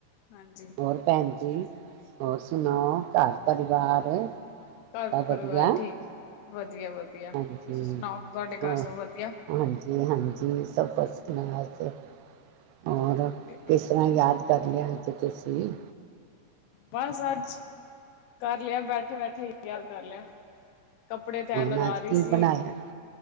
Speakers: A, on the left; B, on the right.
A: ਹਾਂਜੀ
B: ਹੋਰ ਭੈਣ ਜੀ ਹੋਰ ਸੁਣਾਓ ਘਰ ਪਰਿਵਾਰ
A: ਘਰ
B: ਸਭ
A: ਪਰਿਵਾਰ
B: ਵਧੀਆ
A: ਠੀਕ ਵਧੀਆ ਵਧੀਆ
B: ਹਾਂਜੀ
A: ਤੁਸੀਂ ਸੁਣਾਓ ਤੁਹਾਡੇ ਘਰ
B: ਹੋ
A: ਸਭ ਵਧੀਆ
B: ਹਾਂਜੀ ਹਾਂਜੀ ਸਭ ਬ <inaudible> ਹੋਰ
A: ਚਲੋ ਵਧੀਆ
B: ਕਿਸ ਤਰ੍ਹਾਂ
A: ਚਾਹੀਦਾ
B: ਯਾਦ ਕਰ ਲਿਆ ਅਜ ਤੁਸੀਂ
A: ਬਸ ਅੱਜ ਕਰ ਲਿਆ ਬੈਠੇ ਬੈਠੇ ਯਾਦ ਕਰ ਲਿਆ ਕੱਪੜੇ ਤੈਅ
B: ਹੁਣ
A: ਲਗਾ
B: ਅੱਜ
A: ਰਹੀ
B: ਕੀ
A: ਸੀ
B: ਬਣਾਇਆ